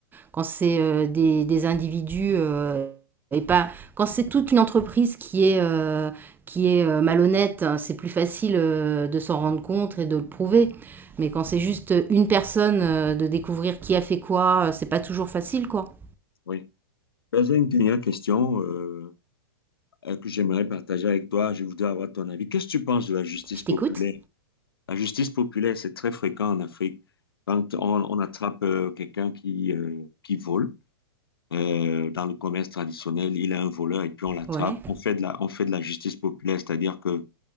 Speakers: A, on the right; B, on the left.
A: Quand c'est euh, des, des individus euh, et pas, quand c'est toute une entreprise qui est, euh, qui est euh, malhonnête, hein, c'est plus facile euh, de s'en rendre compte et de le prouver. Mais quand c'est juste une personne, euh, de découvrir qui a fait quoi, euh, c'est pas toujours facile, quoi.
B: Oui. Ben, J'ai une dernière question euh, euh, que j'aimerais partager avec toi. Je voudrais avoir ton avis. Qu'est-ce que tu penses de la justice
A: Je t'écoute.
B: populaire? La justice populaire, c'est très fréquent en Afrique. Quand on, on attrape euh, quelqu'un qui, euh, qui vole, Euh, dans le commerce traditionnel, il a un voleur et puis on l'attrape.
A: Ouais.
B: On fait de la, on fait de la justice populaire, c'est-à-dire que